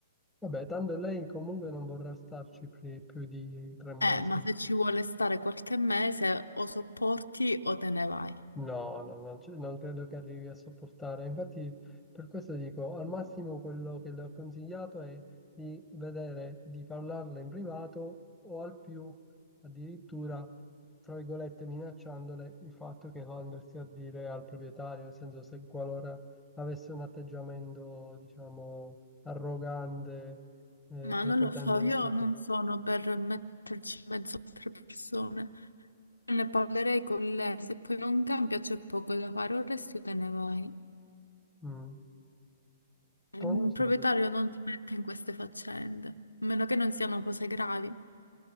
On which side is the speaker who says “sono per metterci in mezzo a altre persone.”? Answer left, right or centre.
Left